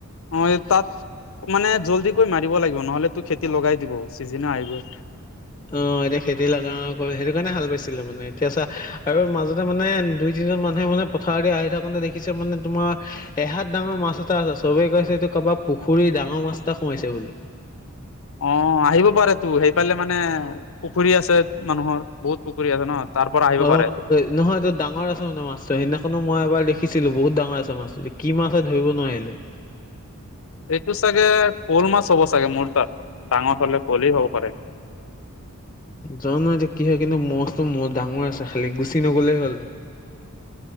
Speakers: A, on the left (about 60°); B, on the left (about 20°).
A: অ এই তাত মানে জলদি কৈ মাৰিব লাগিব নহ'লে তোৰ খেতি লগাই দিব ছিজনও আহি গ'ল।
B: অ এতিয়া খেতি লগা সেইটো কাৰণে হাল বাইছিলে মানে, এতিয়া চা আৰু মাজতে মানে দুই তিনিজন মানুহে মানে পথাৰদি আহি থাকোতে দেখিছে মানে তোমাৰ এহাত ডাঙৰ মাছ এটা আছে, চবে কৈছে এইটো কাৰোবা পুখুৰীৰ ডাঙৰ মাছ এটা সোমাইছে বুলি।
A: অ আহিব পাৰেতো, সেইফালে মানে পুখুৰী আছে মানুহৰ বহুত পুখুৰী আছে ন'। তাৰ পৰা আহিব
B: অহ।
A: পাৰে।
B: নহয়, এইটো ডাঙৰ আছে মানে মাছটো, সেইদিনাখনো মই এবাৰ দেখিছিলোঁ বহুত ডাঙৰ আছে মাছটো এতিয়া কি মাছ হয় ধৰিব নোৱাৰিলোঁ।
A: এইটো চাগে শ'ল মাছ হ'ব চাগে মোৰ তাত, ডাঙৰ হ'লে বৰলি হ'ব পাৰে।
B: জানো এতিয়া কি হয় কিন্তু মাছটো ডাঙৰ আছে খালি গুচি নগলেই হ'ল।